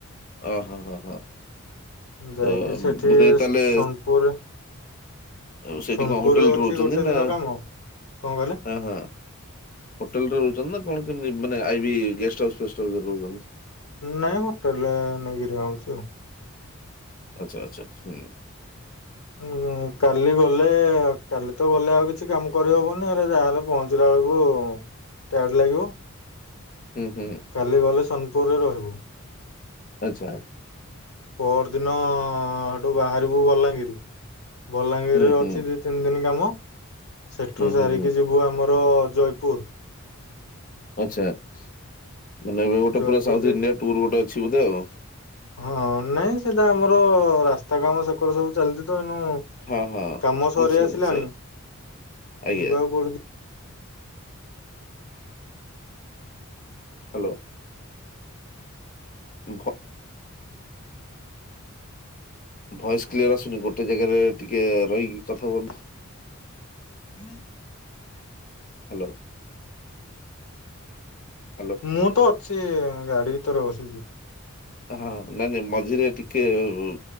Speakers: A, on the left; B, on the left.
A: ଅ, ହଁ, ହଁ, ହଁ।
B: ଯାଇକି
A: ତ,
B: ସେଠି
A: ବୋଧେ ତାହେଲେ
B: ସୋନପୁର
A: ଆଉ ସେଇଠି
B: ସୋନପୁରରେ
A: କଣ ହୋଟେଲ
B: ଅଛି
A: ରହୁଛନ୍ତି
B: ଗୋଟେ
A: ନା?
B: ଦିନ କାମ କଣ କହିଲେ?
A: ହଁ, ହଁ। ହୋଟେଲ୍ ରେ ରହୁଛନ୍ତି ନା କଣ କେମିତି, ମାନେ ଆଇଭି ଗେଷ୍ଟ ହାଉସ୍, ଫେଷ୍ଟ ହାଉସ୍ ରେ ରହୁଛନ୍ତି?
B: ନାଇଁ, ହୋଟେଲ୍ ରେ ନେଇକି, ରୁହା ହଉଛି ଆଉ।
A: ଆଚ୍ଛା, ଆଚ୍ଛା। ହୁଁ।
B: <unintelligible> କାଲି ଗଲେ, କାଲି ତ ଗଲେ ଆଉ କିଛି କାମ କରିହବନି ଏରା ଯାହାହେଲେ, ପହଞ୍ଚିଲା ବେଳକୁ ଟାୟାର୍ଡ ଲାଗିବ।
A: ହୁଁ, ହୁଁ।
B: କାଲି ଗଲେ, ସୋନ୍ ପୁର୍ ରେ ରହିବୁ।
A: ଆଚ୍ଛା।
B: ପହର ଦିନ, ହେଠୁ ବାହାରିବୁ ବଲାଙ୍ଗୀର୍। ବଲାଙ୍ଗୀରିରେ
A: ହୁଁ
B: ଅଛି
A: ହୁଁ
B: ଦି ତିନି ଦିନ୍ କାମ। ସେଠୁ
A: ହୁଁ
B: ସାରିକି
A: ହୁଁ ହୁଁ
B: ଯିବୁ ଆମର ଜୟପୁର୍
A: ଆଚ୍ଛା। ମାନେ, ଏବେ ଗୋଟେ
B: ଜୟପୁର
A: ପୁରା ସାଉଥ୍
B: ଯାଇ
A: ଇଣ୍ଡିଆ ଟୁର୍ ଗୋଟେ ଅଛି ବୋଧେ, ଆଉ।
B: ହଁ, ନାଇଁ ସେଇଟା ଆମର, ରାସ୍ତା କାମ ସେକରେ ସବୁ ଚାଲିଛି ତ, ଏନୁ
A: ହଁ ହଁ
B: କାମ ସରି
A: ନିଶ୍ଚୟ
B: ଆସିଲାଣି।
A: ନିଶ୍ଚୟ ଆଜ୍ଞା
B: ଯିବାକୁ ପଡୁ
A: ହାଲୋ। ଭ ଭଏସ୍ କ୍ଲିୟର ଆସୁନି। ଗୋଟେ ଜାଗାରେ ଟିକେ ରହିକି କଥା ହୁଅନ୍ତୁ।
B: <inaudible>
A: ହାଲୋ। ହ୍ୟାଲୋ
B: ମୁଁ ତ ଅଛି, ଗାଡି ଭିତରେ ବସିଛି।
A: ହଁ, ନାଇଁ, ନାଇଁ ମଝିରେ ଟିକେ ଉ